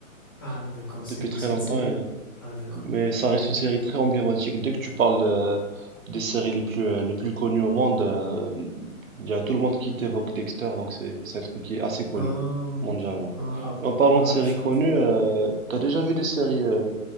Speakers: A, on the left (about 15°); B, on the right (about 70°).
A: Ah, d'accord, c'est
B: depuis
A: une
B: très
A: ancienne
B: longtemps.
A: série.
B: et-
A: Ah, d'accord.
B: Mais ça reste une série très emblématique. Dès que tu parles euh, des séries les plus, euh, les plus connues au monde, euh, il y a tout le monde qui t'évoque Dexter, donc c'est c'est un truc qui est assez connu
A: Ah,
B: mondialement.
A: ah, ah,
B: Et en parlant
A: ah,
B: de séries
A: je comprends.
B: connues, euh, t'as déjà vu des séries, euh,